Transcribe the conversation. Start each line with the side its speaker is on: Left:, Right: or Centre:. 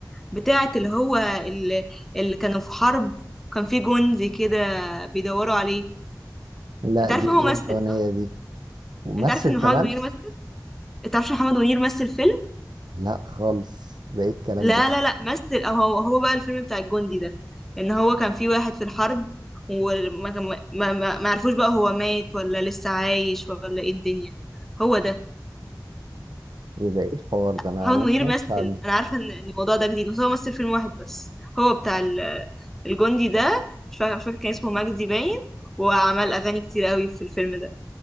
Centre: بتاعة اللي هو اللي, اللي كانوا في حرب وكان في جندي كده بيدوروا عليه
Right: لا
Centre: انت عارف
Right: دي إيه
Centre: هو
Right: الأغنية
Centre: مثل صح
Right: دي ومثل
Centre: انت عارف ان
Right: كمان؟
Centre: محمد منير مثل انت عارف محمد منير مثل فيلم
Right: لا خالص ده إيه الكلام
Centre: لا
Right: ده؟
Centre: لا لا مثل او هو هو بقى الفيلم بتاع الجندي ده ان هو كان في واحد في الحرب وما كان ما ما ما عرفوش بقى هو مات ولا لسه عايش ولا ايه الدنيا هو ده
Right: إيه ده إيه الحوار ده أنا
Centre: محمد
Right: أنا
Centre: منير
Right: ما سمعتش
Centre: مثل
Right: عنه
Centre: انا عارفه ان إن الموضوع ده جديد بس هو مثل فيلم واحد بس هو بتاع ال- الجندي ده مش فاكر مش فاكر كان اسمه مجدي باين وعمل اغاني كتير قوي في الفيلم ده